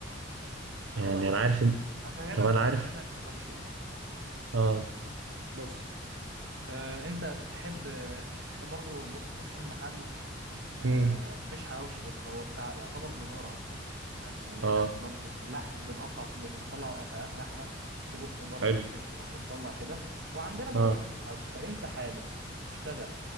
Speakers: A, on the right; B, on the right.
A: ناخدها
B: يعني
A: بالراحه
B: انا عارف ان
A: هفهمك
B: طب انا عارف
A: هفهمك نظام الشغل
B: اه
A: بص آه انت تحب آه احنا برضو بص فاتحين محل آه
B: مم.
A: مش حواوشي بس هو بتاع يعتبر جزارة اكتر فاهم يعني
B: اه
A: احنا برضو لحم بنقطع بنطلع قطعات لحمه سجق برضو
B: حلو
A: وكبده وبنطلع كده وعندنا برضو
B: اه
A: حته الحواوشي فانت حابب تشتغل